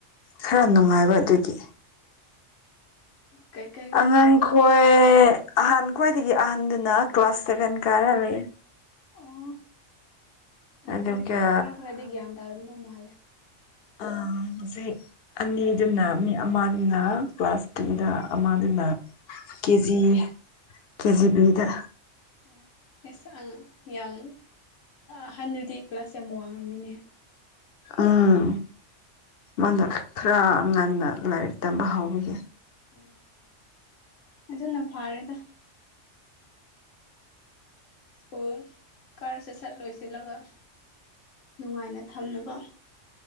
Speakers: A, on the left; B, on the left.
A: ꯈꯔ ꯅꯨꯡꯉꯥꯏꯕ ꯑꯗꯨꯒꯤ
B: ꯀꯩ ꯀꯩ
A: ꯑꯉꯥꯡꯈꯣꯏ ꯑꯍꯥꯟ ꯈ꯭ꯋꯥꯏꯗꯒꯤ ꯑꯍꯟꯗꯨꯅ ꯀ꯭ꯂꯥꯁ ꯁꯦꯚꯦꯟ ꯀꯥꯔ ꯂꯩꯌꯦ
B: ꯑꯣ ꯑꯗꯨꯗꯤ
A: ꯑꯗꯨꯒ
B: ꯈꯔ ꯈꯔꯗꯤ ꯒ꯭ꯌꯥꯟ ꯇꯥꯔꯝꯗꯧ ꯃꯥꯜꯂꯦ
A: ꯍꯧꯖꯤꯛ ꯑꯅꯤꯗꯨꯅ ꯃꯤ ꯑꯃꯗꯨꯅ ꯀ꯭ꯂꯥꯁ ꯑꯗꯨꯗ ꯑꯃꯗꯨꯅ ꯀꯦꯖꯤ ꯀꯦꯖꯤ ꯗ
B: <inaudible> ꯑꯦꯁ ꯑꯪ ꯌꯥꯝ ꯑꯍꯟꯗꯨꯗꯤ ꯀ꯭ꯂꯥꯁ ꯌꯥꯝ ꯋꯥꯡꯂꯝꯃꯤꯅꯦ
A: ꯎꯝ ꯃꯥꯅ ꯈ꯭ꯔꯥ ꯉꯟꯅ ꯂꯥꯏꯔꯤꯛ ꯇꯝꯕ ꯍꯧꯕꯒꯤ
B: ꯑꯝ ꯑꯗꯨꯅ ꯐꯥꯔꯦꯗ ꯁ꯭ꯀꯨꯜ ꯀꯥꯔꯁꯦ ꯁꯠ ꯂꯣꯏꯁꯤꯜꯂꯒ ꯅꯨꯡꯉꯥꯏꯅ ꯊꯝꯅꯕ